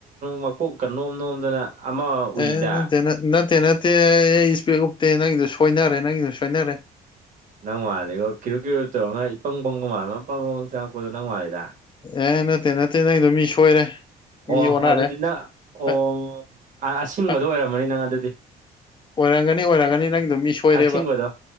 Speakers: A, on the right (about 50°); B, on the left (about 30°).
A: ꯃꯀꯣꯛꯀ ꯅꯣꯝ ꯅꯣꯝꯗꯅ <inaudible> ꯑꯃ ꯎꯏꯗ
B: ꯑꯦ ꯑꯦ ꯅꯠꯇꯦ ꯅꯠ ꯅꯠꯇꯦ ꯅꯠꯇꯦ ꯑꯩ ꯏꯁꯄꯦꯛ ꯎꯞꯇꯦ ꯅꯪꯒꯤꯗꯨ ꯁꯣꯏꯅꯔꯦ ꯅꯪꯒꯤꯗꯨ ꯁꯣꯏꯅꯔꯦ
A: ꯅꯪ ꯃꯥꯜꯂꯦꯉꯣ ꯀꯤꯔꯨꯞ ꯀꯤꯔꯨꯞ ꯇꯧꯔꯅ ꯏꯄꯪꯕ ꯄꯪꯕ ꯃꯟꯕ ꯑꯃ ꯄꯥꯕꯕꯛ ꯆꯪꯉꯛꯄꯗꯣ ꯅꯪ ꯃꯜꯂꯤꯗ
B: ꯑꯦ ꯅꯠꯇꯦ ꯅꯠꯇꯦ ꯅꯪꯒꯤꯗꯣ ꯃꯤ ꯁꯣꯏꯔꯦ
A: ꯑꯣ
B: ꯃꯤ ꯑꯣꯟꯅꯔꯦ
A: ꯑꯗꯨꯗꯤ ꯅꯪ ꯑꯣ
B: ꯑ-
A: ꯑꯁꯤꯡꯕꯗꯣ
B: ꯑ-
A: ꯑꯣꯏꯔꯝꯃꯅꯤ ꯅꯪ ꯑꯗꯨꯗꯤ
B: ꯑꯣꯏꯔꯝꯒꯅꯤ ꯑꯣꯏꯔꯝꯒꯅꯤ ꯅꯪꯒꯤꯗꯣ ꯃꯤ ꯁꯣꯏꯔꯦꯕ
A: ꯑꯁꯤꯡꯕꯗꯣ